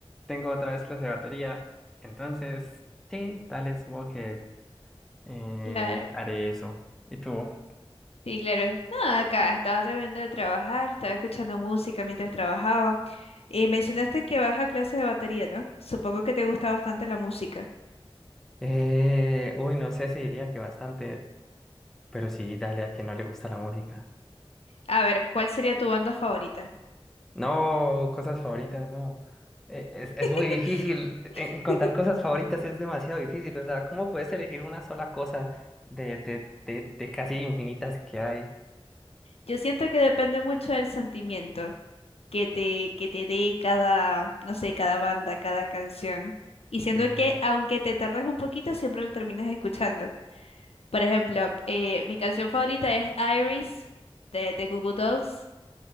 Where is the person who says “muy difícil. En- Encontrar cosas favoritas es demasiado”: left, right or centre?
Centre